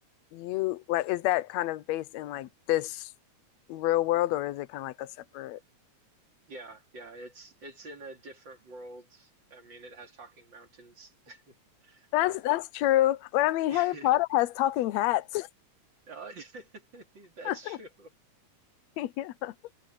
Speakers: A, on the left; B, on the right.
A: you, like, is that kind of based in like this real world, or is it kind of like a separate?
B: Yeah, yeah, it's it's in a different world. I mean, it has talking mountains. <laughs>
A: That's
B: Uh,
A: that's true. But I mean,
B: <laughs>
A: Harry Potter has talking hats.
B: uh, <laughs> that's
A: <laughs>
B: true.
A: Yeah. But